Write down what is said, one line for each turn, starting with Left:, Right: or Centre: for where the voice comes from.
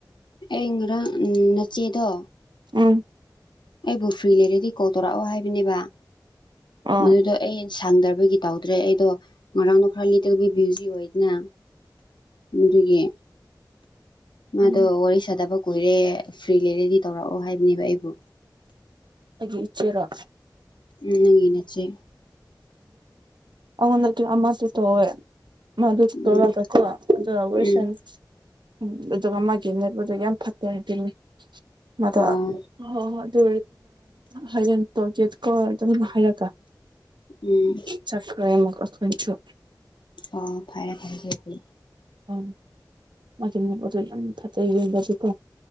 Left: ꯑꯩ ꯉꯔꯥꯡ ꯅꯆꯦꯗꯣ
Right: ꯎꯝ
Left: ꯑꯩꯕꯨ ꯐ꯭ꯔꯤ ꯂꯩꯔꯗꯤ ꯀꯣꯜ ꯇꯧꯔꯛꯑꯣ ꯍꯥꯏꯕꯅꯦꯕ
Right: ꯑꯥ
Left: ꯃꯗꯨꯗꯣ ꯑꯩ ꯁꯥꯡꯗꯕꯒꯤ ꯇꯧꯗ꯭ꯔꯦ ꯑꯩꯗꯣ ꯉꯔꯥꯡꯗꯣ ꯈꯔ ꯂꯤꯇꯕꯤ ꯕ꯭ꯌꯨꯖꯤ ꯑꯣꯏꯗꯅ ꯑꯗꯨꯗꯒꯤ ꯃꯥꯗꯣ
Right: ꯎꯝ
Left: ꯋꯥꯔꯤ ꯁꯥꯗꯕ ꯀꯨꯏꯔꯦ ꯐ꯭ꯔꯤ ꯂꯩꯔꯦꯗꯤ ꯇꯧꯔꯛꯑꯣ ꯍꯥꯏꯕꯅꯦꯕ ꯑꯩꯕꯨ
Right: ꯑꯩꯒꯤ ꯏꯆꯦꯔꯣ
Left: ꯅꯪꯒꯤ ꯅꯆꯦ
Right: ꯑꯩꯉꯣꯟꯗꯗꯤ ꯑꯃꯗꯨ ꯇꯧꯋꯦ ꯃꯗꯨ <unintelligible>
Left: ꯎꯝ ꯎꯝ
Right: ꯑꯗꯨꯒ ꯃꯥꯒꯤ ꯅꯦꯠꯋꯥꯛ ꯑꯗꯨ ꯌꯥꯝ ꯐꯠꯇꯦ ꯍꯥꯏꯅꯤ ꯃꯥꯗ
Left: ꯑꯣ
Right: ꯍꯣ ꯍꯣ ꯑꯗꯨ ꯍꯌꯦꯡ ꯇꯣꯜꯀꯦꯠꯀꯣ ꯑꯗꯨꯝ ꯍꯥꯏꯔꯒ
Left: ꯎꯝ
Right: ꯆꯠꯈ꯭ꯔꯦ ꯃꯈꯣꯢꯁꯨ
Left: ꯑꯣ ꯐꯔꯦ ꯐꯔꯦ ꯑꯗꯨꯗꯤ
Right: ꯎ ꯃꯥꯒꯤ ꯅꯨꯄꯥꯗꯨ ꯌꯥꯝ ꯐꯠꯇꯦ ꯌꯨꯝꯗꯗꯤ ꯀꯣ